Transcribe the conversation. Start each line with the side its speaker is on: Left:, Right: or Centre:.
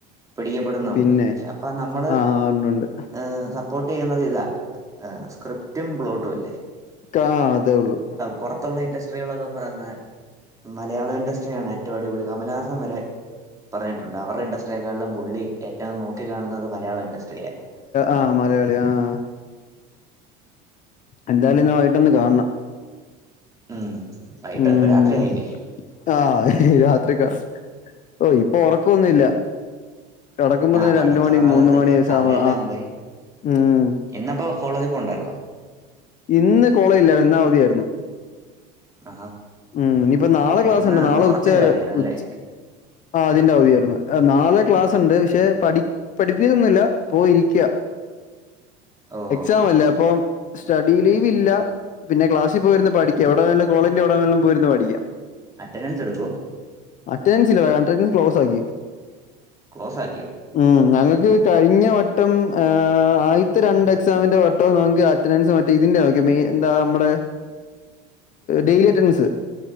Right: പിടിക്കപ്പെടുന്നുണ്ട്
Left: പിന്നെ
Right: പക്ഷെ അപ്പ നമ്മള്
Left: ആ ഉണ്ട് ഉണ്ട്
Right: ഏഹ് സ സപ്പോർട്ട് ചെയ്യുന്നത് ഇതാ സ്ക്രിപ്റ്റും പ്ലോട്ടും അല്ലേ
Left: ക്കാ അതേ ഉള്ളു
Right: പൊറത്തുള്ള ഇൻഡസ്ട്രികളൊക്കെ പറയുന്നേ മലയാളം ഇൻഡസ്ട്രിയാണ് ഏറ്റവും അടിപൊളി കമലഹാസം വരെ പറഞ്ഞിട്ടുണ്ട് അവരുടെ ഇൻഡസ്ട്രിയെക്കാളിലും പുള്ളി ഏറ്റവും നോക്കി കാണുന്നത് മലയാളം ഇൻഡസ്ട്രിയെ
Left: ആഹ് മലയാളി ആഹ് എന്തായാലും ഇന്ന് വൈയിട്ട്ന്ന് കാണണം
Right: ഉം വൈട്ടോ
Left: ഉം
Right: ഇപ്പ രാത്രിയായില്ലേ
Left: ആഹ് രാത്രി കാ ഓഹ് ഇപ്പൊ ഉറക്കൊന്നില്ല കെടക്കുമ്പോത്തന്നെ
Right: ആ പഠിത്തം
Left: രണ്ട് മണി
Right: പറ
Left: മൂന്ന് മണിം ഏശാവാ
Right: സമയെല്ലാം പോയി
Left: ഉം
Right: ഇന്നപ്പോ കോളജി പോണ്ടായിര്ന്നോ
Left: ഇന്ന് കോളേജില്ലാരുന്നു. ഇന്നവധിയായിരുന്നു
Right: ആഹാ
Left: ഉം ന്നിപ്പൊ നാളെ ക്ലാസ്ണ്ട്
Right: ഇന്ന്
Left: നാളെ
Right: മുഹറത്തിന്റെ
Left: ഉച്ചവരെ
Right: അവധിയായിരുന്നല്ലേ
Left: ഉച്ച് ആ അതിന്റെ അവധിയായിരുന്നു. എഹ് നാല് ക്ലാസ് ണ്ട് ക്ഷെ പഠി പഠിപ്പിക്കൊന്നുല്ല പോയി ഇരിക്ക,
Right: ഓ
Left: എക്സാം
Right: ഓക്കെ
Left: അല്ലേ
Right: ഓക്കെ
Left: അപ്പൊ സ്റ്റഡി ലീവില്ല പിന്നെക്ലാസി പോയിരുന്നു പഠിക്കാം എവിടെ വേണേലും കോളേജിന്റെ എവിടെ വേണേലും പോയിരുന്നു പഠിക്കാം
Right: അറ്റൻഡൻസ് എടുക്കോ
Left: അറ്റെൻസ് ഇല്ല അറ്റെന്റൻസ് ക്ലോസ്സാക്കി
Right: ക്ലോസ്സാക്കിയോ
Left: ഉം ഞങ്ങക്ക് കഴിഞ്ഞ വട്ടം എഹ് ആയിത്തെ രണ്ട് എക്സാമിന്റെ വട്ടം ഞങ് ക്ക് അ അറ്റന്റൻസ് മറ്റേ ഇതിന്റെ നോക്ക്യേ എന്താ മ്മുടെ ഡെയിലി അറ്റൻഡൻസ്